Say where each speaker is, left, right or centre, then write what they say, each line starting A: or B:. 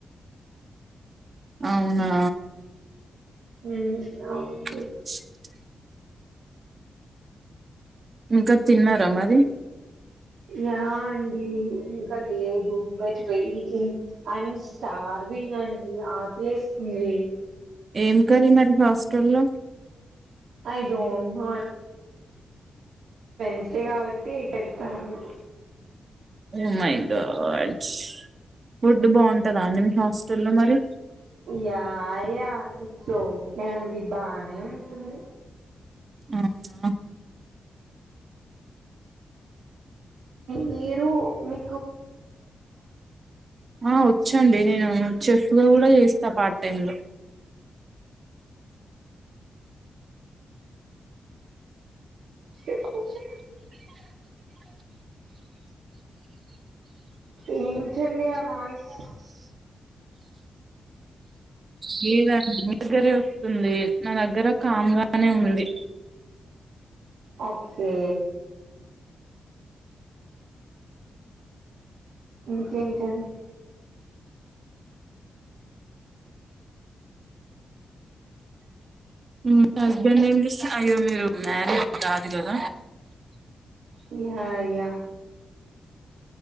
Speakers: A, on the right; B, on the right.
A: అవునా
B: మ్ నవున్
A: <inaudible> ఇంక తిన్నరా మరి
B: యా అండి ఇంక లేదు బట్ వెయి అండ్ స్టార్వింగ్ అండి ఆకలెస్తుంది
A: ఏం కర్రి మరి హాస్టల్లో
B: ఐ డోంట్ నో వెన్స్డే కావట్టి ఎ పెడ్తారు
A: ఓ మై గాడ్స్ ఫుడ్ బాగుంటందా అండి మీ హాస్టల్లో మరి
B: యా యా ఇట్స్ ఒకే అండి బానే ఉంటుంది.
A: అవునా
B: మీరు మి
A: ఆ వచ్చండి నేను చెఫ్ లో కూడా చేస్తా పాట టైం లో
B: చెప్పు ఏంటి అండి ఆ నాయిస్
A: లేదండి మీ దగ్గరే వస్తుంది నా దగ్గర కామ్గానే ఉంది
B: ఓకే ఇంకేంటండి
A: మీ హస్బెండ్ ఏం చూస అయ్యో మీరు మ్యారీడ్ కాదు కదా
B: ఎహ్ ఎహ్